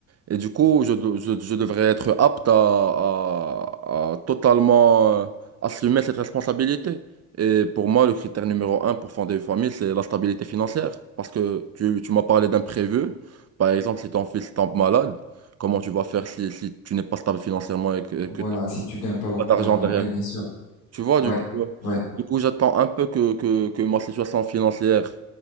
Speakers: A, on the right; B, on the left.
A: Et du coup, je, de- je, je devrais être apte à, à- à totalement euh, assumer cette responsabilité. Et pour moi, le critère numéro un pour fonder une famille, c'est la stabilité financière. Parce que tu, tu m'as parlé d'imprévu. Par exemple, si ton fils tombe malade, Comment tu vas faire si, si tu n'es pas stable financièrement et que, que
B: Voilà,
A: tu
B: si tu gagnes pas beaucoup
A: n'as pas d'argent
B: d'argent.
A: derrière?
B: Oui, bien sûr.
A: Tu vois,
B: Ouais,
A: du coup, euh,
B: ouais,
A: du coup j'attends un peu que, que, que ma situation financière